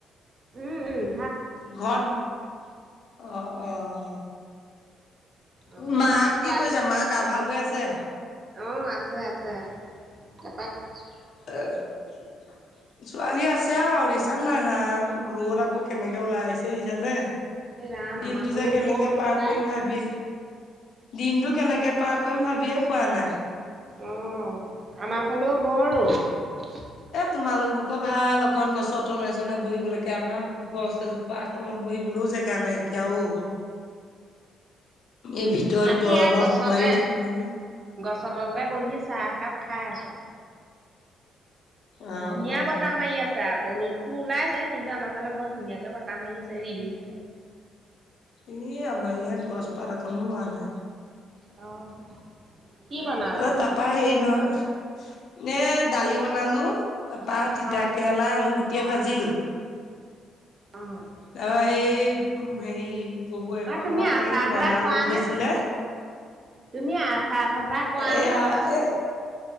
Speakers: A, on the right; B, on the left.
A: উম-উম
B: <unintelligible> অ', অ',
A: অ
B: মা
A: ছোৱালী
B: কি কৈছে মা গা ভাল হৈ আ আছে?
A: অ, আছে-আছে <unintelligible>
B: <unintelligible> ছোৱালী আছে আৰু ৰিছ <unintelligible> নাই ৰ'দ আকৌ কেনেকে ওলাই আহিছে দেখিছানে?
A: এই ৰাম
B: দিনটো
A: আমাৰ ফালেও
B: যে কেনেকে
A: বৰ ৰ'দ
B: পাৰ
A: পায়
B: কৰিম ভাবি দিনটো কেনেকে পাৰ কইম ভাবিয়ে পোৱা নাই।
A: অ, আমাৰ ফালেও বৰ ৰ'দ।
B: তোমালোক বুকৰ ভাল অকন গছৰ তলে চলে বহিব লৈকে আমাৰ গছ এজোপা তলত বহিবলৈও জেগা নাইকিয়া অ, এই ভিতৰত
A: আমি
B: গৰমত
A: এয়া গছতে
B: সোমাইও থাকেইনে
A: গছৰ তলতে বহি চাহ একাপ খাই আছোঁ।
B: অ
A: ধুনীয়া
B: অ
A: বতাহ মাৰি আছে আকৌ ৰ'দ টো ওলাইছে কিন্তু আমাৰ ফালে বৰ ধুনীয়াকে বতাহ মাৰি আছে ৰিব-ৰিবকে।
B: এ আমাৰ ইয়াত গছপাত একনো লৰা নাই।
A: অ', কি বনালা?
B: এ তাৰপা হেৰি নহয়, নে দালি বনালো। তাৰপা তিতা
A: অ',
B: কেৰেলা আলু গুটিয়ে ভাজিলো।
A: অ'।
B: তাৰপা এই হেৰি বপুয়েকৰ
A: অ' তুমি
B: ঘৰত
A: আচাৰ
B: কালি ব্ৰইলাৰ
A: চাচাৰ কৰা
B: লোড
A: নে
B: হৈছিলে।
A: নকৰা? তুমি আচাৰ চাচাৰ কৰা
B: এয়া
A: নে নকৰা?
B: এ